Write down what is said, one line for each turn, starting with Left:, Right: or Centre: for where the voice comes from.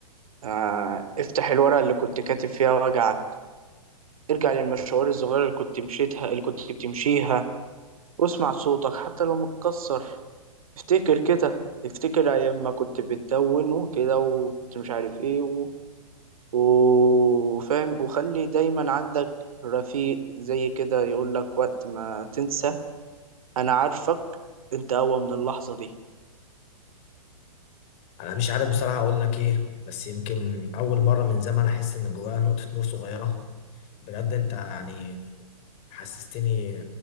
Right: آه افتح الورقة اللي كنت كاتب فيها وجعك ارجع للمشوار الصغيرة اللي كنت مشيتها اللي كنت بتمشيها واسمع صوتك حتى لو متكسر افتكر كده افتكر ايام ما كنت بتدون وكده وكنت مش عارف ايه و... وفاهم وخلي دايما عندك رفيق زي كده يقول لك وقت ما تنسى انا عارفك انت اقوى من اللحظة دي
Left: انا مش عارف بصراحه اقول لك ايه بس يمكن اول مره من زمان احس ان جوايا نقطه نور صغيره بجد انت يعني حسستني